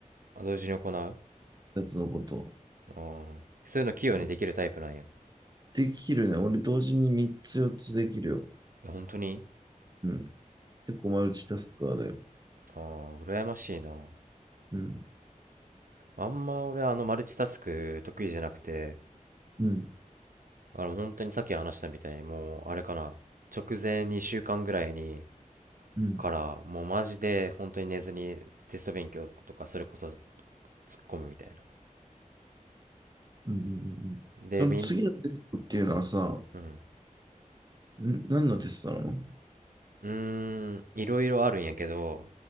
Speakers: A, on the right (about 85°); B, on the right (about 30°).
A: あ同時に行う
B: やつのことを。
A: あーそういうの器用にできるタイプなんやい
B: うんできるね。俺同時に3つ4つできるよ。
A: や本当に
B: うん。結構マルチタスカーだよ。
A: あー羨ましいな
B: うん。
A: あんま俺あのマルチタスク得意じゃなくて
B: うん。
A: あの本当にさっき話したみたいにもうあれかな直前2週間ぐらいに
B: うん。
A: からもうマジで本当に寝ずにテスト勉強とかそれこそ突っ込むみたいな
B: うん。うんうんその次のテストっていうのはさ、
A: でみん
B: ん
A: うん
B: 何のテストなの
A: うーん、いろいろあるんやけど、